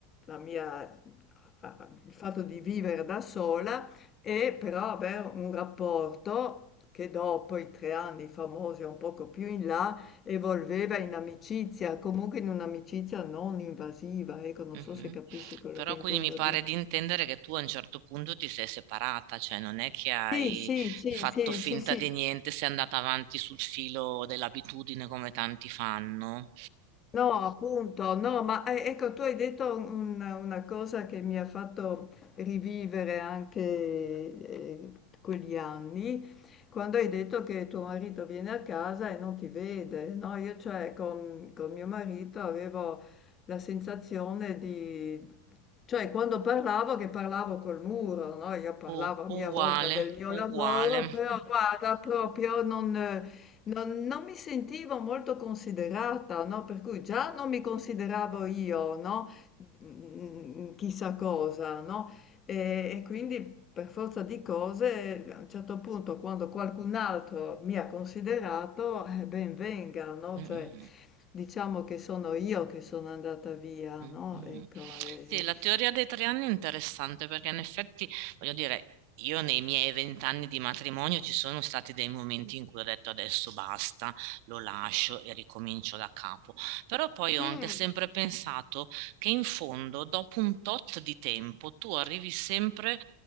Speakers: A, on the left; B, on the right.
A: la mia- a- a- il fatto di vivere da sola e però avere un rapporto che dopo i tre anni famosi, un poco più in là, evolveva in amicizia, comunque in un'amicizia non invasiva, ecco, non
B: Mh-mh.
A: so se capisci quello
B: Però
A: che intendo
B: quindi mi pare
A: dire.
B: di intendere che tu a un certo punto ti sei separata, cioè non è che hai
A: Sì, sì, sì,
B: fatto
A: sì,
B: finta
A: sì, sì,
B: di niente, sei andata avanti sul filo dell'abitudine come tanti fanno.
A: No, appunto, no, ma eh, ecco, tu hai detto un- una cosa che mi ha fatto rivivere anche eh, quegli anni, quando hai detto che tuo marito viene a casa e non ti vede, no? Io cioè con, con mio marito avevo la sensazione di, cioè quando parlavo che parlavo col muro, no? Io parlavo
B: U-
A: a mia
B: uguale,
A: volta del mio
B: uguale.
A: lavoro, però guarda, proprio non... Non, non mi sentivo molto considerata, no? Per cui già non mi consideravo io, no? Mm, Chissà cosa, no? E, e quindi per forza di cose, a un certo punto, quando qualcun altro mi ha considerato, eh, ben venga, no?
B: Mm,
A: Cioè,
B: mm,
A: diciamo che sono io che sono andata via,
B: mm.
A: no?
B: mm,
A: Ecco,
B: mm.
A: e-
B: Sì, la teoria dei tre anni è interessante perché in effetti, voglio dire, io nei miei vent'anni di matrimonio ci sono stati dei momenti in cui ho detto adesso basta, lo lascio e ricomincio da capo. Però poi ho
A: Mm,
B: anche sempre pensato che in fondo, dopo un tot di tempo, tu arrivi sempre